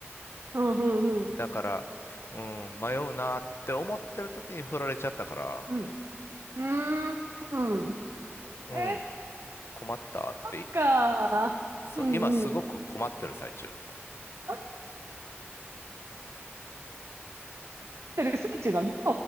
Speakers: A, on the right (about 70°); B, on the left (about 65°).
A: うんうんうん。
B: だから、うん、迷うなって思ってる時に振られちゃったから、
A: うん。うーん。うん
B: うん、
A: えー、そ
B: 困ったって、
A: っか。
B: そう、
A: うんうんうんうんうーんえーっかうんうん
B: 今すごく困ってる最中。
A: あってる最中なんだ。